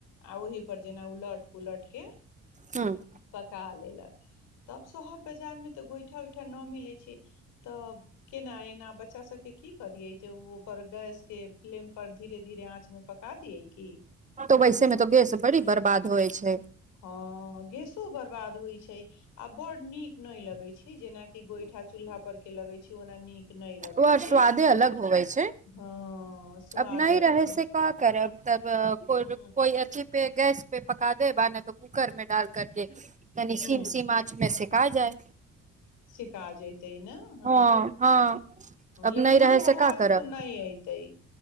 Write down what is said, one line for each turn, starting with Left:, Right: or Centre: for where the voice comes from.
Left: आ ओहि पर जेना उलट उलट के
Right: हूं
Left: पका लेल तब शहर बाजार मे तऽ गोइठा गोइठा न मिलै छै तऽ केना एना बच्चा सबके की करियए जे ओ पर गैस के फ्लेम पर धीरे धीरे आँच मे पका दिय की
Right: तऽ वैसे मे तऽ गैस बड़ी बर्बाद होइ छै
Left: हँ गेसो बर्बाद होइत छै आ बड़ नीक नहि लगै छै छै जेनाकी गोइठा चूल्हा पर के लगे छै ओना नीक नहि लगै
Right: ओ आर
Left: छै
Right: स्वादे अलग होवे छै
Left: हँ स्वादे
Right: अब नहि
Left: अलग
Right: रहे
Left: होइ
Right: से
Left: छै
Right: क करब तब को
Left: ह
Right: कोइ अथी पे गैस पे पका दे बाने त कूकर में डाल करके न
Left: ह
Right: सीम सीम आच मे सेक का जाय
Left: सेका जाइ तै ना ह
Right: हँ हँ अब
Left: लेकिन
Right: नहि रहे
Left: ओ स्वाद
Right: से का करब
Left: तऽ नहि अयतेै